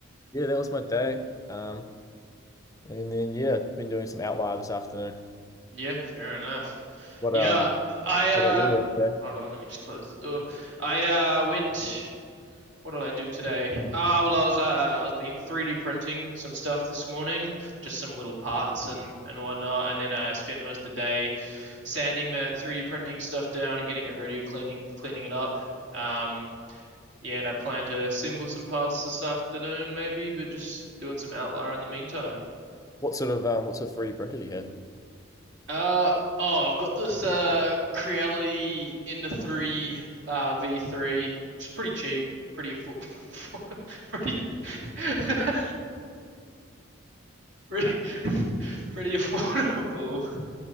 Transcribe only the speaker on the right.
Yeah, fair enough.
Yeah,
I uh
hold on, let me just close the door. I uh went. What did I do today? Ah, well, I was uh, I was been 3D printing some stuff this morning, just some little parts and and whatnot, and then I spent most of the day sanding that 3D printing stuff down and getting it ready, cleaning cleaning it up. Um, yeah, and I plan to assemble some parts this afternoon, maybe, but just doing some outlier in the meantime.
Uh oh, I've got this uh Creality Ender three uh V three, which is pretty cheap, pretty affo- <laughs> pretty, <laughs> pretty pretty affordable.